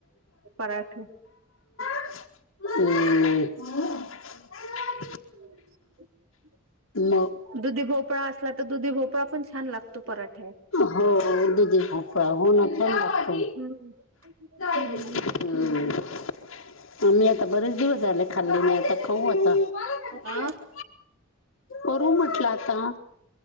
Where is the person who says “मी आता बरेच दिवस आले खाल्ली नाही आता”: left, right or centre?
Left